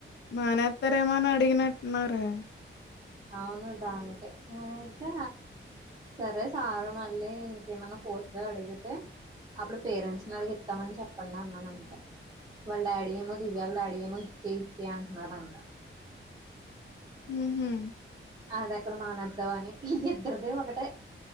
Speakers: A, on the left; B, on the right.
A: మానేత్తారేమోని అడిగినట్టున్నారే
B: అవును దానికే అయితే సరే సారు మళ్ళీ ఇంకేమన్నా ఫోర్స్ గా అడిగితే అప్పుడు పేరెంట్స్ ని అడిగి ఇస్తామని చెప్పండి అన్నాడు అంతే వాళ్ళ డాడీ ఏమో దివ్య వాళ్ళ డాడీ ఏమో ఇచ్చే ఇచ్చే అంటున్నారంట
A: ఉ హు
B: అది అక్కడ మానేదమని ఇద్దరిది ఒకటే